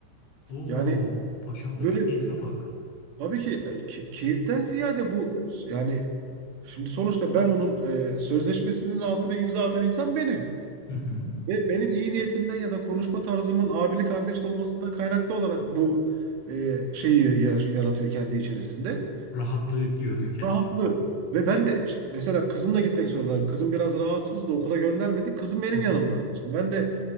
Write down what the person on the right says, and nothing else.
Yani
böyle
tabii ki e, ke- keyiften ziyade bu yani şimdi sonuçta ben onun e, sözleşmesinin altına imza atan insan benim.
Ve benim iyi niyetimden ya da konuşma tarzımın abili kardeşli olmasından kaynaklı olarak bu e, şeyi yar- yaratıyor kendi içerisinde.
Rahatlığı. Ve ben de ş- mesela kızımla gitmek zorundayım. Kızım biraz rahatsızdı. Okula göndermedi. Kızım benim
yanımda. Şimdi ben de